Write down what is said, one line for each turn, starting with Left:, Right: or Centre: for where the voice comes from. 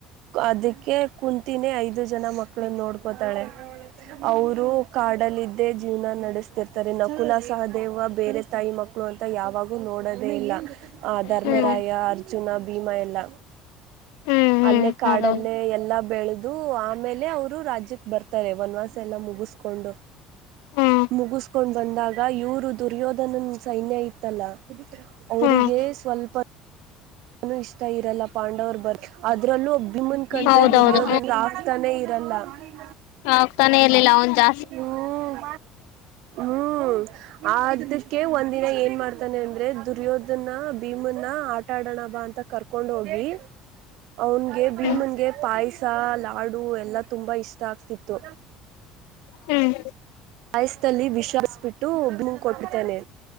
Right: ಅದಕ್ಕೆ ಕುಂತಿನೇ ಐದು ಜನ ಮಕ್ಕಳು ನೋಡ್ಕೋತಾಳೆ ಅವರು ಕಾಡಲಿದ್ದೇ ಜೀವನ ನಡೆಸ್ತಿರ್ತಾರೆ ನಕುಲ ಸಹದೇವ ಬೇರೆ ತಾಯಿ ಮಕ್ಕಳು ಅಂತ ಯಾವಾಗೂ ನೋಡೋದೇ ಇಲ್ಲ ಆ ಧರ್ಮರಾಯ
Left: ಹ್ಮ್
Right: ಅರ್ ಅರ್ಜುನ ಭೀಮಾ ಎಲ್ಲ
Left: ಹ್ಮ್
Right: ಅಲ್ಲೇ ಕಾಡಲ್ಲೇ
Left: ಹ್ಮ್
Right: ಎಲ್ಲಾ ಬೆಳ ಅದು ಆಮೇಲೆ ಅವರು ರಾಜ್ಯಕ್ಕೆ ಬರ್ತಾರೆ ಒನ್ ವಸ್ ಎಲ್ಲ ಮುಗಿಸ್ಕೊಂಡು
Left: ಹ್ಮ್ ಹೌದೌದು ಹ್ಮ್
Right: ಮುಗಿಸಕೊಂಡ್ ಬಂದಾಗ ಇವರು ದುರ್ಯೋಧನನ್ ಸೈನ್ಯ ಇತ್ತಲ್ಲ ಅವರಿಗೆ
Left: ಹ್ಮ್
Right: ಸ್ವಲ್ಪ ನನು ಇಷ್ಟ ಇರಲ್ಲ ಪಾಂಡವರು ಬರ್ ಅದ್ರಲ್ಲೂ ಭೀಮ್ನ್ ಕಂಡ್ರೆ
Left: ಹೌದೌದು
Right: ದುರ್ಯೋಧನಾ ಆಗ್ತಾನೆ ಇರಲ್ಲ ಅಲ್ಲ
Left: ಹ ಆಗ್ತಾನೆ ಇರ್ಲಿಲ್ಲ ಅವನು ಜ
Right: ಹ್ಮ್ ಹ್ಮ್ ಅದಕ್ಕೆ ಒಂದಿನ ಏನ್ ಮಾಡ್ತಾನೆ ಅಂದ್ರೆ ದುರ್ಯೋಧನ ಭೀಮನ್ನ ಆಟಾಡೋಣ ಬಾ ಅಂತ ಕರ್ಕೊಂಡ್ ಹೋಗಿ ಅವನ್ಗೆ ಭೀಮನ್ಗೆ
Left: ಹ್ಮ್
Right: ಪಾಯಸ ಲಾಡು ಎಲ್ಲಾ ತುಂಬಾ ಇಷ್ಟ ತಕ್ತಿತ್ತು
Left: ಹ್ಮ್
Right: ಆಾಯಸ್ಲ್ಲಿ ವಿಷಾರಿಸ್ಬಿಟ್ಟು ಭೂಮ ಕೊಟ್ಟಿದ್ದಾನೆ